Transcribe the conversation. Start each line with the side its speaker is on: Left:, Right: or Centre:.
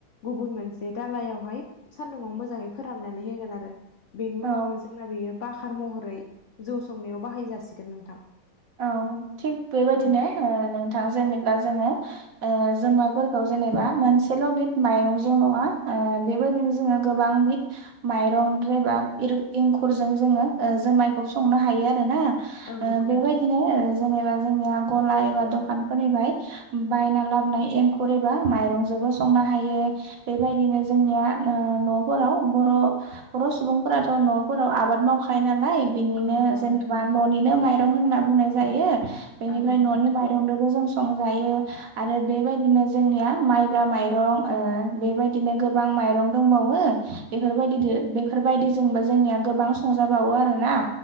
Left: गुबुन मोनसे दालायावहाय सान्दुङाव मोजाङै फोराननानै होगोन आरो बेनि
Right: औ
Left: उनावनो जोंना बेयो बाखार महरै जौ संनायाव बाहाय जासिगोन नोंथां।
Right: औ थिग बेबायदिनो
Left: औ
Right: नोंथां जेनेब्ला जोङो जोमायफोरखौ जेनेबा मोनसेल' बिद माइरंजों नङा बेबायदिनो जोङो गोबां बि माइरं बा एंखुरजों जोङो जुमायखौ संनो हायो आरो ना
Left: औ नंगौ।
Right: बेबायदिनो
Left: नोंथां
Right: जेनेबा जोंनिया गला एबा दखानफोरनिफ्राय बायना लाबोन एंखुर एबा माइरंजोंबो संनो हायो। बेबायदिनो जोंनिया न'फोराव बर बर' सुबुंफोराथ' न'फोराव आब आबाद मावखायो नालाय बिनिनो
Left: औ नंगौ
Right: जेनेबा
Left: नोंथां
Right: न'निनो माइरं होनना बुंनाय जायो। बेनिफ्राय
Left: औ नंगौ
Right: न'नि
Left: नोंथां
Right: माइरंजोंबो जों संजायो आरो बेबायदिनो जोंनिया माइब्रा माइरं बेबायदिनो गोबां माइरं दंबावो बेफोरबायदि बेफोरबायदिजोंबो जोंनिया गोबां संजाबावो आरोना।